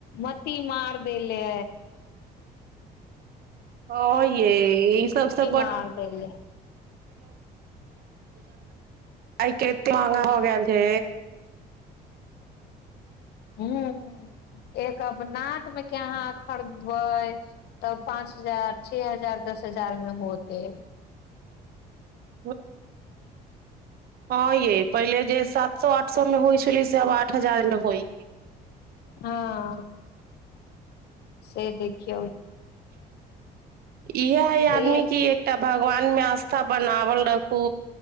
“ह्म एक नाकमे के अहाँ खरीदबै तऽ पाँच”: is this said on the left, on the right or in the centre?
Left